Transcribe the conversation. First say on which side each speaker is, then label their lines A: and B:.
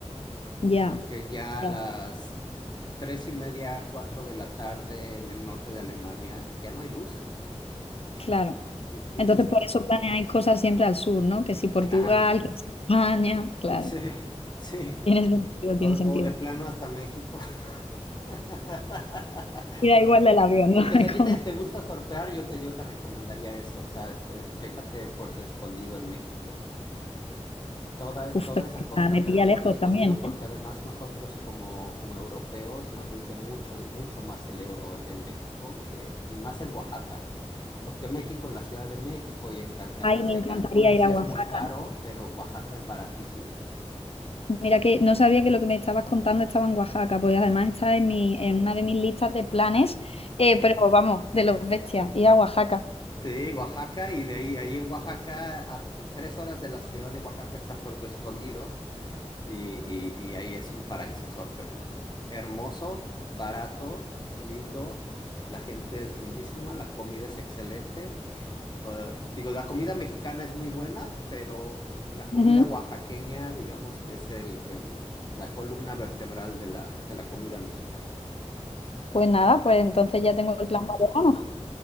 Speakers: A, on the left (about 55°); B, on the left (about 40°).
A: ya,
B: porque ya
A: ya,
B: a las tres y media, cuatro de la tarde en el norte de Alemania ya no hay luz.
A: claro.
B: Entonces,
A: Entonces, por eso planeáis cosas siempre al sur, ¿no? Que si Portugal,
B: claro,
A: que si España,
B: <laughs>
A: claro,
B: sí, sí,
A: tiene sentido, tiene
B: o,
A: sentido.
B: o de plano hasta México. <laughs>
A: Y da igual del avión, ¿no?
B: Porque
A: <laughs>
B: si
A: Es
B: a ti
A: Como,
B: te, te gusta surfear, yo te, yo te recomendaría eso, o sea, che- chécate Puerto Escondido en México toda,
A: uf,
B: toda
A: pero
B: esa
A: que está-
B: costa,
A: me
B: pero
A: pilla lejos
B: por lo escondido,
A: también,
B: porque
A: ¿eh?
B: además nosotros como, como europeos nos rinde mucho, mucho más el euro en México que, y más en Oaxaca, porque México, en la Ciudad de México y en, Can- hacia
A: Ay, me encantaría
B: Cancún y así
A: ir a Oaxaca.
B: es muy caro, pero Oaxaca es baratísimo.
A: Mira que no sabía que lo que me estabas contando estaba en Oaxaca, pues además está en mi, en una de mis listas de planes, eh, pero vamos, de los bestias, ir a Oaxaca.
B: Sí, Oaxaca, y de ahí, ahí en Oaxaca, a tres horas de la ciudad de Oaxaca está Puerto Escondido, y, y- y ahí es un paraíso surfer. Hermoso, barato, lindo, la gente es lindísima, la comida es excelente, Uh, digo, la comida mexicana es muy buena, pero la comida
A: Ujú.
B: oaxaqueña, digamos que es el, el- la columna vertebral de la, de la comida mexicana.
A: Pues nada, pues entonces ya tengo el plan para verano.